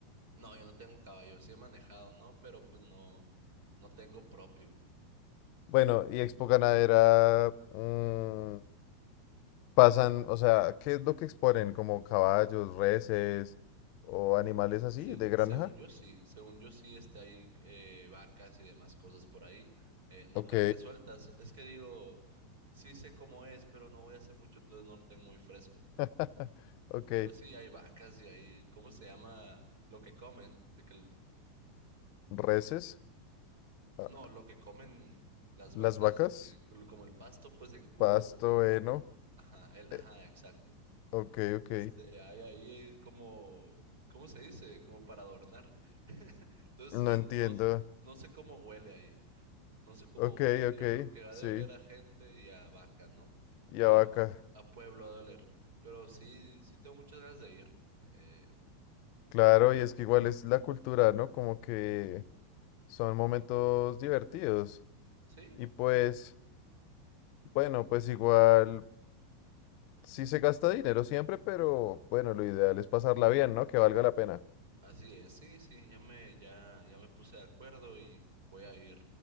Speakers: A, on the right; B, on the left.
A: No, yo no tengo caballo, sí he manejado, ¿no? Pero pues no, no tengo propio.
B: Bueno, y Expo Ganadera mm, pasan, o sea, ¿qué es lo que exponen? ¿Como caballos, reses o animales así
A: Se-
B: de granja?
A: según yo sí, según yo sí está ahí eh, vacas y demás cosas por ahí. Eh, no
B: Ok,
A: creo que sueltas, es que digo, sí sé cómo es, pero no voy a hacer mucho, entonces no lo tengo muy fresco.
B: <laughs> ok.
A: Pero sí hay vacas y hay, ¿cómo se llama lo que comen? De que el,
B: Reses, ah,
A: No, lo que comen las vacas,
B: las vacas,
A: de que- lo- como el pasto, pues en cubos,
B: pasto,
A: así.
B: heno.
A: Ajá, el, ajá,
B: eh,
A: exacto.
B: ok, ok.
A: Este, hay ahí eh, como, ¿cómo se dice? Como para adornar. <laughs> Entonces,
B: No
A: de-
B: entiendo.
A: no, s- no sé cómo huele ahí, no sé cómo
B: Ok,
A: huele.
B: ok,
A: Yo creo que ha
B: sí.
A: de oler a gente y a vaca, ¿no?
B: Y
A: Y
B: Abaca.
A: a, a pueblo ha de oler. Pero sí, sí tengo muchas ganas de ir. Eh,
B: Claro, y es que igual es la cultura, ¿no? Como que son momentos divertidos.
A: sí.
B: Y pues, bueno, pues igual sí se gasta dinero siempre, pero bueno, lo ideal es pasarla bien, ¿no? Que valga la pena.
A: Así es, sí, sí, ya me, ya, ya me puse de acuerdo y voy a ir.